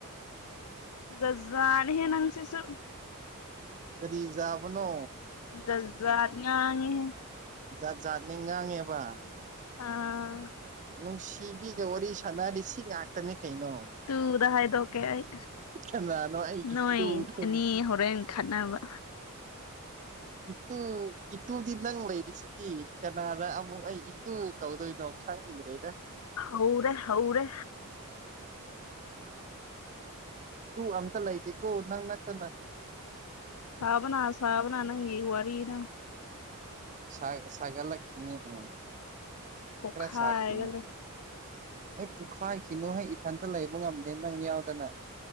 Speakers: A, on the left; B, on the right.
A: ꯖꯖꯥꯅꯤꯍꯦ ꯅꯪꯁꯤꯁꯨ
B: ꯀꯔꯤꯖꯥꯕꯅꯣ
A: ꯖꯥꯖꯥꯠ ꯉꯥꯡꯉꯤꯍꯦ
B: ꯖꯥꯠ ꯖꯥꯠꯅꯤ ꯉꯥꯡꯉꯦꯕ
A: ꯑꯥ
B: ꯅꯨꯡꯁꯤꯕꯤꯒ ꯋꯥꯔꯤ ꯁꯥꯟꯅꯔꯗꯤ ꯁꯤ ꯉꯥꯛꯇꯅꯤ ꯀꯩꯅꯣ
A: ꯇꯨꯗ ꯍꯥꯏꯗꯣꯛꯀꯦ ꯑꯩ
B: ꯀꯅꯥꯅꯣ ꯑꯩ ꯏꯇꯨꯗꯣ
A: ꯅꯣꯏ ꯑꯅꯤ ꯍꯣꯔꯦꯟ ꯈꯠꯅꯕ
B: ꯏꯇꯨ ꯏꯇꯨꯗꯤ ꯅꯪ ꯂꯩꯔꯤꯁꯤꯗꯤ ꯀꯅꯥꯗ ꯑꯃꯨꯛ ꯑꯩ ꯇꯨ ꯀꯧꯗꯣꯏꯅꯣ ꯈꯪꯗ꯭ꯔꯦꯗ
A: ꯍꯧꯔꯦ ꯍꯧꯔꯦ
B: ꯇꯨ ꯑꯝꯇ ꯂꯩꯇꯦꯀꯣ ꯅꯪ ꯅꯠꯇꯅ
A: ꯁꯥꯕꯅ ꯁꯥꯕꯅ ꯅꯪꯒꯤ ꯋꯥꯔꯤꯅ
B: ꯁꯥ ꯁꯥꯒꯠꯂꯛꯈꯤꯅꯤ ꯎꯝ
A: ꯄꯣꯛꯈꯥꯏꯒꯗ꯭ꯔꯥ
B: ꯈꯔ ꯁꯥꯈꯤꯅꯤ ꯑꯦ ꯄꯨꯈꯥꯏꯈꯤꯅꯨ ꯍꯦ ꯏꯊꯟꯇ ꯂꯩꯕ ꯉꯝꯗꯦ ꯅꯪ ꯌꯥꯎꯗꯅ